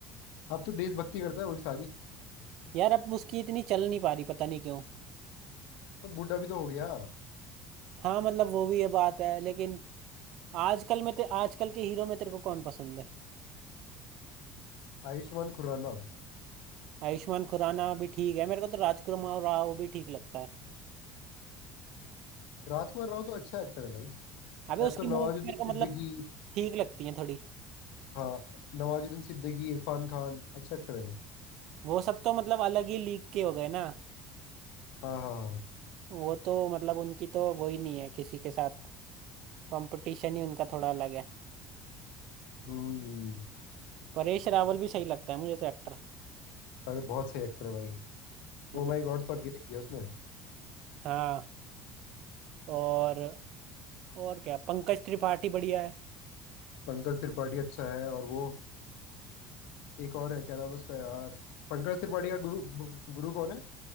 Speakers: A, on the left; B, on the right.
A: अब तो देशभक्ति करता है वो भी सारी
B: यार अब उसकी इतनी चल नहीं पा रही पता नहीं क्यों
A: तो बूढ़ा भी तो हो गया
B: हाँ मतलब वो भी ये बात है लेकिन आजकल में ते आजकल के हीरो में तेरे को कौन पसंद है
A: आयुष्मान खुराना
B: आयुष्मान खुराना भी ठीक है मेरे को तो राजकुमार राव भी ठीक लगता है
A: राजकुमार राव तो अच्छा एक्टर है भाई
B: अबे उसकी
A: ऐसे तो
B: मूवी
A: नवाजुद्दीन
B: मेरे को
A: सिद्दीकी
B: मतलब ठीक लगती है थोड़ी
A: हाँ नवाजुद्दीन सिद्दीकी इरफान खान अच्छा एक्टर है
B: वो सब तो मतलब अलग ही लीग के हो गए ना
A: हाँ हाँ हाँ
B: वो तो मतलब उनकी तो वो ही नहीं है किसी के साथ कंपटीशन ही उनका थोड़ा अलग है
A: हम्म
B: परेश रावल भी सही लगता है मुझे तो एक्टर
A: अरे बहुत सही एक्टर है भाई
B: मतलब
A: ओ माई गॉड तो अकेले किया उसने
B: हाँ और और क्या पंकज त्रिपाठी बढ़िया है
A: पंकज त्रिपाठी अच्छा है और वो एक और है क्या नाम है उसका यार पंकज त्रिपाठी का गुरु गुरु कौन है